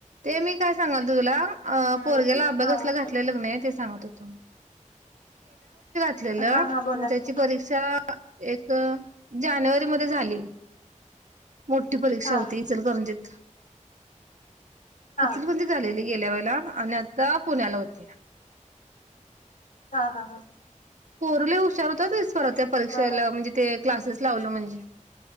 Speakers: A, on the right; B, on the left.
A: ते मी काय सांगालतो तुला अ
B: हम्म
A: पोरग्याला अभ्या
B: हा
A: कसला घातलेलं क नाही ते सांगत होतो घेतलेलं
B: हा हा बोला
A: मग त्याची
B: की
A: परीक्षा एक अ जानेवारी मध्ये झाली. मोठी परीक्षा
B: हा
A: होती इचलकरंजीत.
B: हा
A: इचल म्हणजे झालेली गेल्या वेळेला आणि आत्ता पुण्याला होती.
B: हा हा हा.
A: पोर लई हुशार होताते स परत त्या परीक्षेला
B: बरं
A: म्हणजे ते क्लासेस लावलं म्हणजे